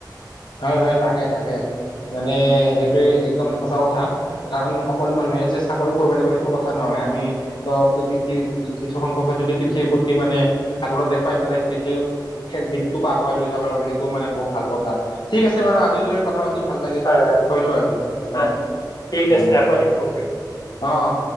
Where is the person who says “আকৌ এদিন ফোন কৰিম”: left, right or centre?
Left